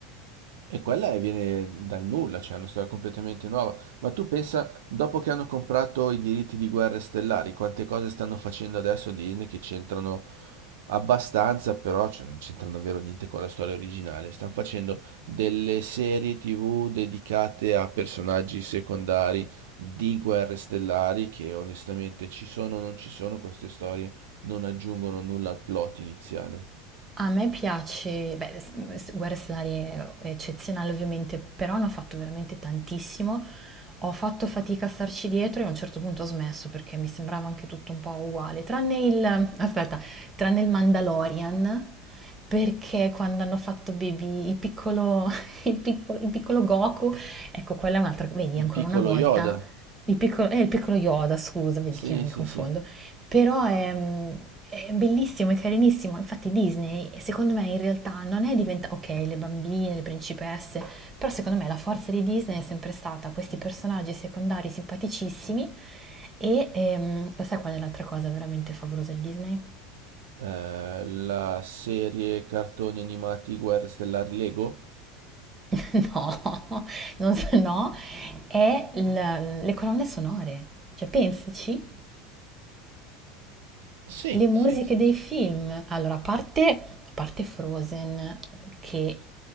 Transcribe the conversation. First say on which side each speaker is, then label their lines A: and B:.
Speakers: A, on the right; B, on the right.
A: E quella è- viene dal nulla, cioè è una storia completamente nuova. Ma tu pensa, dopo che hanno comprato i diritti di Guerre Stellari, quante cose stanno facendo adesso Disney che c'entrano abbastanza, però cioè, non c'entrano davvero niente con la storia originale. Stanno facendo delle serie TV dedicate a personaggi secondari di Guerre Stellari che onestamente ci sono o non ci sono, queste storie non aggiungono nulla al plot iniziale.
B: A me piace, beh, s- s- Guerre Stellari è, è eccezionale ovviamente, però ne ho fatto veramente tantissimo. Ho fatto fatica a starci dietro e a un certo punto ho smesso perché mi sembrava anche tutto un po' uguale, tranne il, aspetta, tranne il Mandalorian, perché quando hanno fatto Baby, il piccolo, <laughs> il piccolo, il piccolo Goku, ecco, quella è un'altra, vedi,
A: Il
B: ancora
A: piccolo
B: una volta,
A: Yoda.
B: il piccolo, eh, il piccolo Yoda, scusa, vedi
A: Sì,
B: che io mi
A: sì,
B: confondo.
A: sì.
B: Però è, è bellissimo, è carinissimo. Infatti Disney, secondo me, in realtà non è diventata... Ok, le bambine, le principesse, però secondo me la forza di Disney è sempre stata questi personaggi secondari simpaticissimi e ehm, lo sai qual è l'altra cosa veramente favolosa di Disney?
A: Eh, la serie cartoni animati Guerre Stellari Lego?
B: <laughs> No, non so, no, è il- le colonne sonore. Cioè, pensaci
A: Sì,
B: Le musiche
A: sì, sì,
B: dei
A: sì.
B: film, allora a parte a parte Frozen che